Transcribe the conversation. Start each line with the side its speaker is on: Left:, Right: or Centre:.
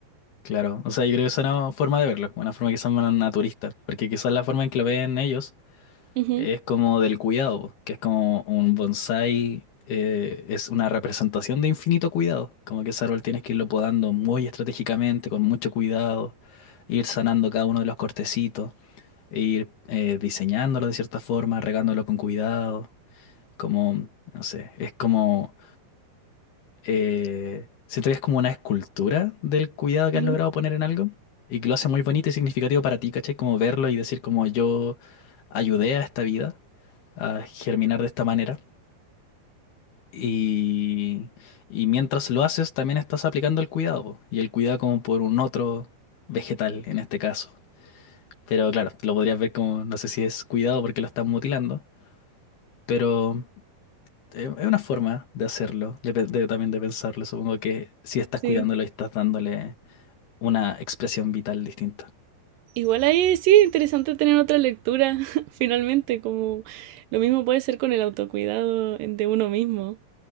Left: claro, o sea, yo creo que es una forma de verlo, una forma quizás más naturista, porque quizás la forma en que lo ven ellos
Right: Ujú,
Left: es como del cuidado, po, que es como un bonsái, eh, es una representación de infinito cuidado, como que ese árbol tienes que irlo podando muy estratégicamente, con mucho cuidado, ir sanando cada uno de los cortecitos, e ir eh, diseñándolo de cierta forma, regándolo con cuidado, como, no sé, es como eh, siento que es como una escultura del cuidado que
Right: ujú,
Left: has logrado poner en algo y que lo hace muy bonito y significativo para ti, ¿cachai? Como verlo y decir como yo ayudé a esta vida a germinar de esta manera. Y, y mientras lo haces, también estás aplicando el cuidado, po, y el cuidado como por un otro vegetal en este caso. Pero claro, lo podrías ver como, no sé si es cuidado porque lo están mutilando, pero eh, es una forma de hacerlo, de pe- de- también de pensarlo. Supongo que si estás
Right: Sí.
Left: cuidándolo y estás dándole una expresión vital distinta.
Right: Igual ahí sí, interesante tener otra lectura, <laughs> finalmente, como lo mismo puede ser con el autocuidado de uno mismo.